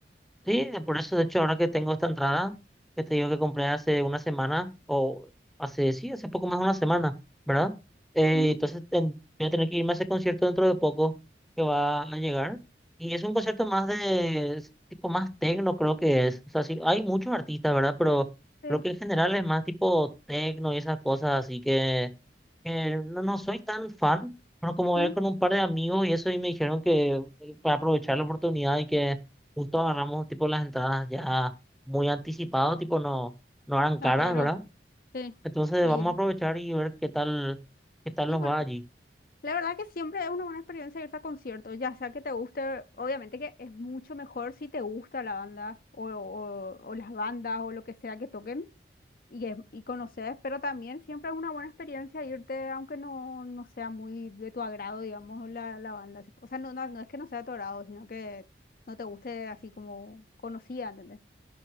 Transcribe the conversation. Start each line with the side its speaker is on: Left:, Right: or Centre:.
Centre: Sí, de- por eso, de hecho, ahora que tengo esta entrada, que te digo que compré hace una semana, o hace, sí, hace poco más de una semana, ¿verdad? Eh,
Left: Ujú,
Centre: entonces ten- voy a tener que irme a ese concierto dentro de poco, que va a llegar. Y es un concierto más de, es tipo más tecno, creo que es. O sea, sí, hay muchos artistas, ¿verdad? Pero
Left: Sí.
Centre: creo que en general es más tipo tecno y esas cosas, así que... Eh, no, no soy tan fan, pero como ver
Left: mm,
Centre: con un par de amigos y eso, y me dijeron que eh, para aprovechar la oportunidad y que justo agarramos tipo las entradas ya muy anticipadas, tipo no, no eran caras,
Left: Ah, claro.
Centre: ¿verdad?
Left: Sí.
Centre: Entonces
Left: Y,
Centre: vamos a aprovechar y ver qué tal, qué tal
Left: y
Centre: nos
Left: bueno,
Centre: va allí.
Left: la verdad que siempre es una buena experiencia irse a conciertos, ya sea que te guste, obviamente que es mucho mejor si te gusta la banda o, o o las bandas o lo que sea que toquen. y, es- y conoces, pero también siempre es una buena experiencia irte, aunque no, no sea muy de tu agrado, digamos, la, la banda. así. O sea, no, no, no es que no sea de tu agrado, sino que no te guste así como conocida, ¿entendés?